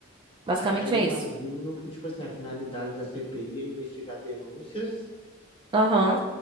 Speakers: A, on the right; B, on the left.
A: Basicamente
B: Cara, eu
A: é
B: imagino
A: isso.
B: que, tipo assim, a finalidade da CPI é investigar denúncias
A: Aham,